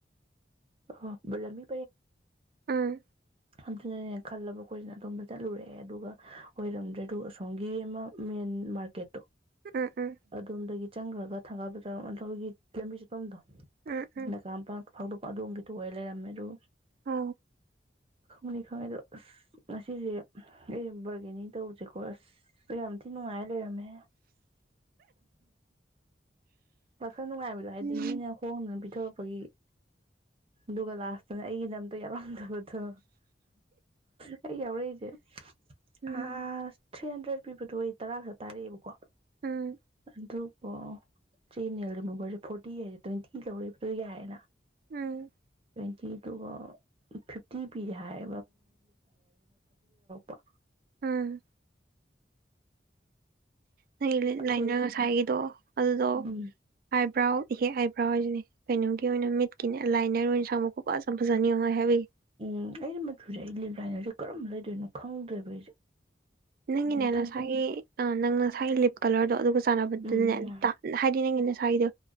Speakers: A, on the right; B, on the right.
A: ꯑꯣꯂꯝꯃꯤ
B: ꯎꯝ
A: ꯑꯗꯨꯅꯥꯅꯦ ꯈꯟꯂꯣ ꯂꯥꯕꯨꯛ ꯑꯣꯢꯅ ꯑꯩꯈꯣꯏꯁꯤꯅ ꯑꯗꯣꯝꯗ ꯆꯠꯂꯨꯔꯛꯑꯦ ꯑꯗꯨꯒ ꯑꯣꯏꯔꯝꯗ꯭ꯔꯦ ꯑꯗꯨꯒ ꯁꯣꯝꯒꯤ ꯑꯃ ꯃꯦꯟ ꯃꯥꯔꯀꯦꯠꯇꯣ
B: ꯎꯝ ꯎꯝ
A: ꯑꯗꯣꯝꯗꯒꯤ ꯆꯪꯈ꯭ꯔꯒ ꯊꯪꯒꯥꯜ ꯕꯥꯖꯥꯔ ꯋꯥꯠꯂꯤ ꯑꯩꯈꯣꯏꯒꯤ ꯂꯝꯕꯤ ꯆꯠꯐꯝꯗꯣ
B: ꯎꯝ ꯎꯝ
A: ꯅꯒꯃꯄꯥꯜ ꯐꯥꯎꯗꯣꯛꯄ ꯑꯗꯣꯝꯒꯤꯗ ꯑꯣꯏ ꯂꯩꯔꯝꯃꯦ ꯍꯜꯂꯣ
B: ꯑ
A: ꯅꯈꯉꯦ ꯑꯗꯨ ꯑꯁ ꯉꯁꯤꯁꯦ ꯑꯩ ꯕꯥꯔꯒꯦꯅꯤꯡ ꯇꯧꯁꯦꯀꯣ ꯑꯁ ꯀ ꯌꯥꯝ ꯊꯤ ꯅꯨꯡꯉꯥꯏꯔ ꯂꯩꯔꯝꯃꯦ ꯋꯥꯈꯜ ꯅꯨꯡꯉꯥꯏꯕꯗꯣ ꯍꯥꯏꯗꯤ
B: ꯎꯝ
A: ꯃꯤꯅ ꯍꯣꯡꯗꯨꯅ ꯄꯤꯊꯣꯔꯛꯄꯒꯤ ꯗꯨꯒꯂꯥꯁ ꯑꯗꯨꯅ ꯑꯩꯒꯤ ꯅꯝꯗꯣ ꯌꯥꯂꯥ ꯗꯣ ꯀ ꯌꯥꯎꯔꯛꯏꯁꯦꯥꯁ
B: ꯎꯝ
A: ꯊ꯭ꯔꯤ ꯍꯟꯗ꯭ꯔꯦꯠ ꯄꯤꯕꯗꯣ ꯑꯣꯏ ꯇꯔꯥ ꯈꯛꯇ ꯇꯥꯔꯛꯑꯦꯕꯀꯣ
B: ꯎꯝ
A: ꯑꯗꯨꯒꯕꯣ ꯆꯅꯦꯔ ꯃꯕ ꯐꯣꯔꯇꯤ ꯍꯥꯏꯔꯦ ꯇ꯭ꯋꯦꯟꯇꯤ ꯂꯧꯔꯤꯕꯗꯨꯣ ꯌꯥꯏꯔꯦꯅ
B: ꯎꯝ
A: ꯐꯤꯗꯨꯒ ꯐꯤꯐꯇꯤ ꯄꯤꯔꯦ ꯍꯥꯏ <inaudible>
B: ꯎꯝ ꯅ
A: ꯑꯗꯨ
B: ꯂꯥꯏꯅꯥ ꯉꯁꯥꯏꯒꯤꯗꯣ ꯑꯗꯨꯗꯣ
A: ꯎꯝ
B: ꯕ꯭ꯔꯥꯎ ꯏꯍꯦꯛ ꯍꯥꯏꯏ ꯕ꯭ꯔꯥꯎ ꯍꯥꯏꯁꯤꯅꯦ ꯀꯩꯅꯣꯒꯤ ꯑꯣꯏꯅ ꯃꯤꯠꯀꯤꯅꯦ ꯂꯥꯏꯅꯔ ꯑꯣꯏꯅ ꯁ ꯃꯈ ꯈꯄꯖ ꯐꯖꯅꯤꯌꯣ ꯍꯥꯏꯕꯒꯤ
A: ꯎꯝ ꯑꯩꯩꯅ ꯃꯆꯨꯁꯦ ꯑꯩ ꯂꯤꯞ ꯂꯥꯏꯅꯁꯦ ꯀꯔꯝꯕ ꯂꯩꯗꯣꯏꯅꯣ ꯈꯪꯗ꯭ꯔꯦꯕ ꯑꯩꯁꯦ
B: ꯅꯪꯅꯦꯅꯁꯥꯏꯒꯤ
A: ꯃꯊꯪꯁꯦ
B: ꯑ ꯅꯪ ꯉꯥꯏ ꯂꯤꯞ ꯀꯂꯔꯗꯣ ꯑꯗꯨꯒ ꯁꯥꯟꯅꯕꯗꯨꯅꯦ
A: ꯎꯝ
B: ꯍꯥꯏꯗꯤ ꯅꯪ ꯁꯥꯏꯗ